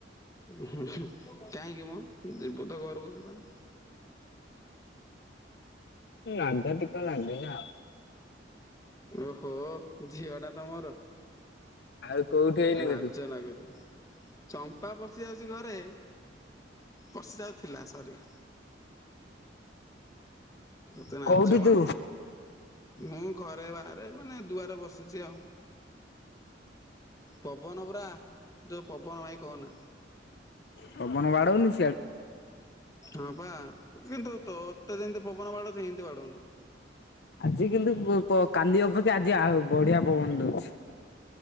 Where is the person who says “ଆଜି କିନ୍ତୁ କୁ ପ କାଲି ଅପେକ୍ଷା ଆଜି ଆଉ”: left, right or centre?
Left